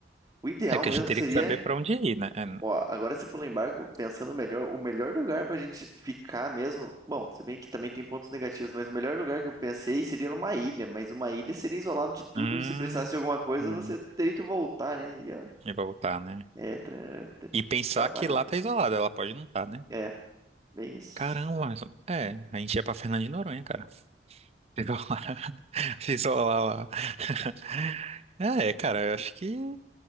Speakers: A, on the right; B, on the right.
A: O ideal
B: É, porque
A: mesmo
B: a gente teria
A: seria,
B: que saber pra onde ir, né? É,
A: ó, agora se for lá em barco, pensando melhor, o melhor lugar pra gente ficar mesmo. Bom, se bem que também tem pontos negativos, mas o melhor lugar que eu pensei seria numa ilha, mas uma ilha seria isolado de tudo
B: Hum,
A: e se precisasse de alguma coisa,
B: hum,
A: você teria que voltar, né? E é,
B: eu voltar, né?
A: é, tra- é
B: E pensar
A: trabalho
B: que lá
A: demais.
B: tá isolada, ela pode não estar, né?
A: É, bem isso.
B: Caramba, mas é, a gente ia pra Fernando de Noronha, cara. <laughs> Se isolar, se isolar lá. <laughs> É, cara, eu acho que.